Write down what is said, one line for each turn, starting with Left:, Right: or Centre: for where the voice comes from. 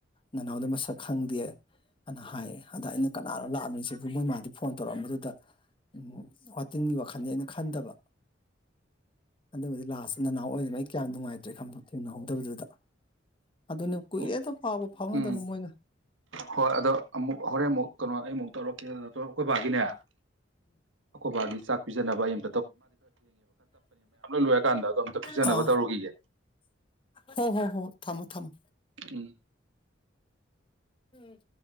Left: ꯅꯅꯥꯎꯗ ꯃꯁꯛ ꯈꯪꯗꯦ ꯑꯅ ꯍꯥꯏꯌꯦ ꯑꯗ ꯑꯩꯅ ꯀꯅꯥꯅ ꯂꯥꯛꯑꯝꯃꯤꯁꯤꯕ ꯃꯣꯏ ꯃꯥꯗꯤ ꯐꯣꯟ ꯇꯧꯔꯛꯑꯝꯕꯗꯨꯗ ꯎ ꯋꯥꯇꯤꯟꯒꯤ ꯋꯥꯈꯜꯅꯤ ꯑꯩꯅ ꯈꯟꯗꯕ ꯑꯗꯨꯕꯨꯗꯤ ꯂꯥꯁꯇ ꯅꯍꯎ ꯑꯣꯏꯕꯃꯛ ꯑꯩ ꯀꯌꯥꯝ ꯅꯨꯡꯉꯥꯏꯇ꯭ꯔꯦ ꯈꯟꯕ ꯊꯦꯡꯅꯍꯧꯗꯕꯗꯨꯗ ꯑꯗꯨꯅꯦ ꯀꯨꯏꯔꯦꯗ
Right: ꯍꯣ
Left: ꯐꯥꯎꯕ ꯐꯥꯎꯉꯗꯕ
Right: ꯎꯝ
Left: ꯃꯣꯏꯅ
Right: ꯍꯣꯏ ꯑꯗꯣ ꯑꯃꯨꯛ ꯍꯣꯔꯦꯟ ꯑꯃꯨꯛ ꯀꯩꯅꯣ ꯑꯩ ꯑꯃꯨꯛ ꯇꯧꯔꯛꯀꯦ ꯑꯩꯀꯣꯏꯕꯥꯒꯤꯅꯦ ꯑꯩꯈꯣꯏꯕꯥꯒꯤ ꯆꯥꯛ ꯄꯤꯖꯅꯕ ꯑꯦꯝ ꯂꯣꯏꯔꯀꯥꯟꯗ ꯑꯗꯣ ꯑꯝꯇ ꯄꯤꯖꯅꯕ
Left: ꯑ
Right: ꯇꯧꯔꯨꯈꯤꯒꯦ
Left: ꯍꯣ ꯍꯣ ꯍꯣ ꯍ ꯊꯝꯃꯣ ꯊꯝꯃꯣ
Right: ꯎꯝ
Left: ꯎꯝ